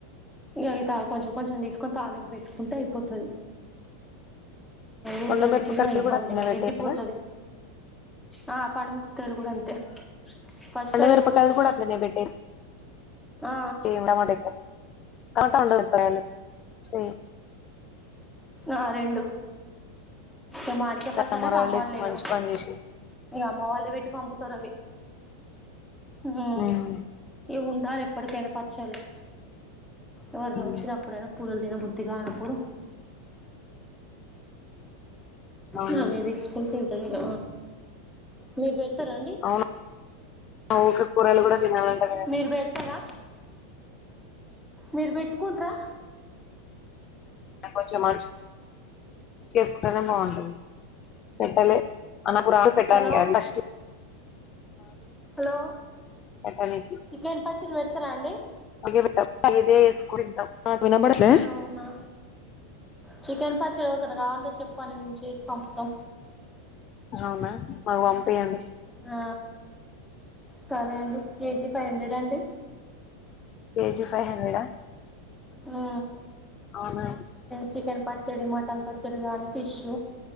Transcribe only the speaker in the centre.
ఇకవి తా కొంచెం కొంచెం తీసుకొని తాళింపు పెట్టుకుంటే అయిపోతుది ఊరికే
పెట్టినా
ఇబ్బంది
మళ్ళీ
ఎండిపోతది ఆ పాండుమిరపకలు కూడా అంతే ఫస్ట్యిదు
ఊస్
ఆ
ఆ రెండు ఇ మాడికే
పచ్చడి సమ్మర్లే
ఇగ
అమ్మ వాళ్ళే పెట్టి పంపుతారు అవి హ
ఇవి ఉండాలి ఎప్పుకైనా పచ్చళు ఎవరైన
వచ్చిన అప్పుడును కూరల దిన బుద్ధిగా అనప్పుడు
నామేది స్కూల్ తింతమీగ మీరు స్తారండి
మీరు పెడతారా మీరు పెట్టుకుంటార
హలో
హలో
చికెన్ పచ్చడి పెడతారా అండి
అవునా చికెన్ ప చివరిక కావాలంటే చెప్పండి మేము చేసి పంపుతాం
ఆ సరే అండి కేజీ ఫైవ్ హండ్రెడ్ అండి
ఆ
చికెన్ పచ్చడి మటన్ పచ్చడి కాగాని ఫిష్